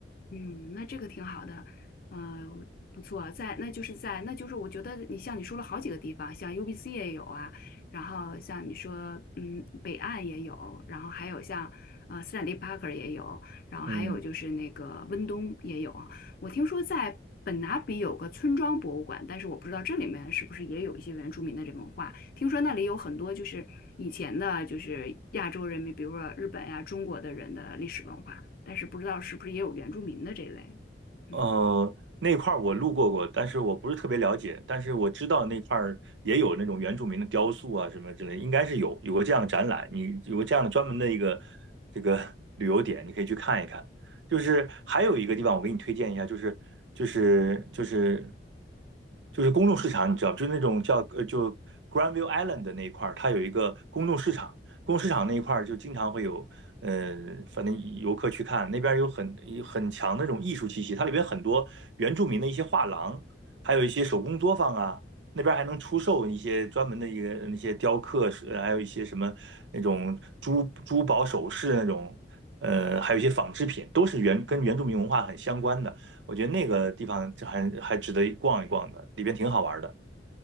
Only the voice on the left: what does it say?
嗯，那这个挺好的，嗯、不错，在那就是在那就是我觉得你像你说了好几个地方，像 UBC 也有啊，然后像你说嗯北岸也有，然后还有像呃斯坦利·帕克也有，然后还有就是那个温东也有，
我听说在本拿比有个村庄博物馆，但是我不知道这里面是不是也有一些原住民的这文化。听说那里有很多就是以前的，就是亚洲人民，比如说日本呀、中国的人的历史文化，但是不知道是不是也有原住民的这类。嗯，